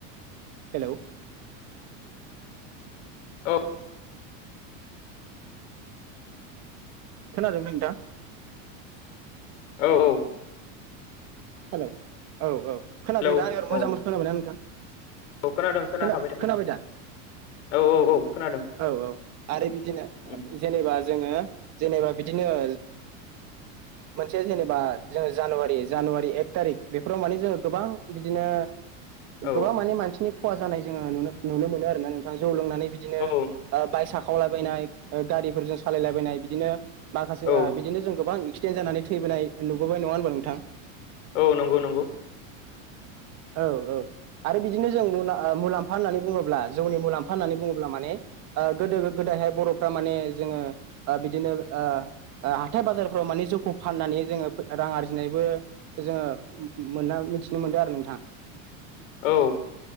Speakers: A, on the right; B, on the left.
A: हेल'!
B: औ।
A: खोनादों नोंथां?
B: औ औ।
A: हेल'! औ औ
B: हेलौ
A: खोनादोंदा <inaudible>
B: औ
A: मोजां खोनाबायना नोंथां?
B: औ खोनादों खोनाखाबाय
A: खोना
B: थादों।
A: खोनाबाय दा
B: औ औ औ खोनादों
A: औ औ आरो बिदिनो
B: उम
A: जेनेबा जोङो जेनेबा बिदिनो ओ मोनसे जेनेबा जोङो जानुवारि जानुवारि एक थारिख बेफोराव माने जोङो गोबां बिदिनो
B: औ
A: गोबां माने मानसिनि खहा जानाय जोङो नुनो मोनो आरोना नोंथां जौ लोंनानै बिदिनो
B: औ
A: ओ बाइक साखाव वलायबायनाय ओ गारिफोरजों सालायलायबायनाय बिदिनो माखासे
B: औ
A: ओ बिदिनो जों गोबां एक्सिडेन्ट जानानै थैबोनाय नुबोबाय नङा होनबा नोंथां
B: औ नंगौ नंगौ
A: औ औ आरो बिदिनो जों ओ मुलाम्फा होननानै बुङोब्ला जौनि मुलाम्फा होननानै बुङोब्ला माने ओ गोदो गोदायहाय बर'फ्रा माने जोङो ओ बिदिनो ओ ओ हाथाय बाजारफोराव माने जौखौ फाननानै जोङो रां आरजिनायबो जोङो मोन मिथिनो मोनदों आरो नोंथां
B: औ